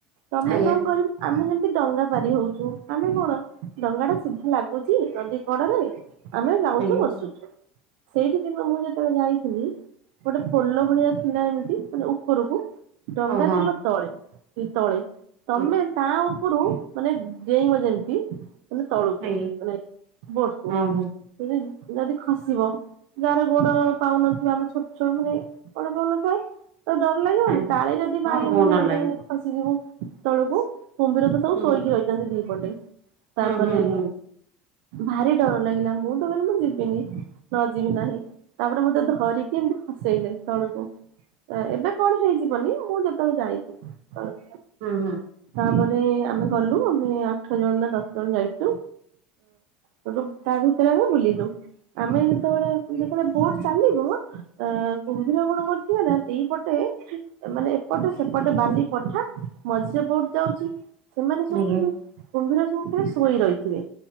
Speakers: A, on the right; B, on the right.
A: ତମେ
B: ଆଜ୍ଞା
A: କଣ କରିବ ଆମେ ଯେମିତି ଡଙ୍ଗା ପାରିହଉଛୁ, ଆମେ କଣ ଡଙ୍ଗାଟା ସିଧା ଲାଗୁଚି ନଦୀ କଡରେ। ଆମେ ଯାଉଛୁ
B: ଆଜ୍ଞା
A: ବସୁଛୁ, ସେଇଠିକି ମୁଁ ଯେତେବେଳେ ଯାଇଥିଲି ଗୋଟେ ପୋଲ ଭଳିଆ ଥିଲା ଏମିତି ମାନେ ଉପରକୁ ଡଙ୍ଗା
B: ଓହୋ
A: ଥିବ ତଳେ। କି ତଳେ
B: ଆଜ୍ଞା
A: ତମେ ତା ଉପରୁ ମାନେ ଡେଇଁବ ଯେମିତି ମାନେ ତଳକୁ
B: ଆଜ୍ଞା
A: ମାନେ ବୋଟକୁ
B: ଓହୋ
A: ଯ-ଯଦି ଖସିବ। ଯାହାର ଗୋଡ ପାଉନଥିବ, ଆମେ ଛୋଟ ଛୁଆମାନେ ଗୋଡ ପାଉନଥାଏ ତ ଡର ଲାଗିବନି
B: ଆଜ୍ଞା।
A: କାଳେ ଯଦି ବାଇ
B: ହଁ ବହୁତ
A: ମାନେ
B: ଡର
A: ଆମେ
B: ଲାଗେ
A: ଖସିଯିବୁ ତଳକୁ। କୁମ୍ଭୀର ତ ସବୁ
B: ହୁଁ
A: ଶୋଇକି ରହିଛନ୍ତି ଦିପଟେ ତାପରେ
B: ହୁଁ ହୁଁ ହୁଁ
A: ଭାରି ଡର ଲାଗିଲା, ମୁଁ ତ କହିଲି ମୁଁ ଯିବିନି ନ ଯିବି ନାହିଁ। ତାପରେ ମତେ ଧରିକି ଏମିତି ଖସେଇଲେ ତଳକୁ। ଏବେ କଣ ହେଇଯିବନି, ମୁଁ ଯେତେବେଳେ ଯାଇଥିଲି ସେତେ
B: ହୁଁ ହୁଁ।
A: ତାପରେ ଆମେ ଗଲୁ ଆମେ ଆଠ ଜଣ ନା ଦଶ ଜଣ ଯାଇଛୁ ସେଠୁ ତା ଭିତରେ ଆମେ ବୁଲିଲୁ, ଆମେ ଯେତେବେଳେ ଦେଖିଲୁ ବୋଟ ଚାଲିବ ଅ କୁମ୍ଭୀର କଣ କରିଥିବେ ନା ଦିପଟେ ମାନେ ଏପଟେ ସେପଟେ ବାଲି ପଠା ମଝିରେ ବୋଟ୍ ଯାଉଛି ସେମାନେ ସବୁ
B: ଆଜ୍ଞା
A: କିଏ? କୁମ୍ଭୀର ସବୁ ପୁରା ଶୋଇ ରହିଥିବେ।